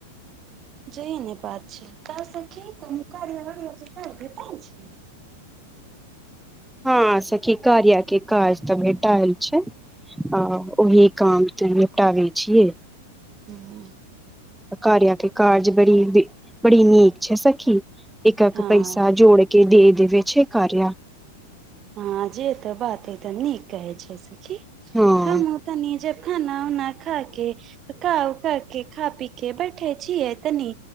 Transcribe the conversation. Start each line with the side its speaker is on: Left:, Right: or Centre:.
Right: जइ ने बात छै क कार छै
Centre: हँ सखी कारियाके काज त भेटायल छै आ ओही काम त निपटाबै छियै
Right: हुँ
Centre: कार्यके कार्ज बड़ी बड़ी नीक छै सखी एक एक
Right: हँ
Centre: पैसा जोड़के देह देवे छै कार्य
Right: हँ जे तऽ बात है तऽ नीक कहै छै सखी
Centre: हँ
Right: हम ओ तऽ जे खाना उना खा के पका उका के खा पी के बैठे छियै तनी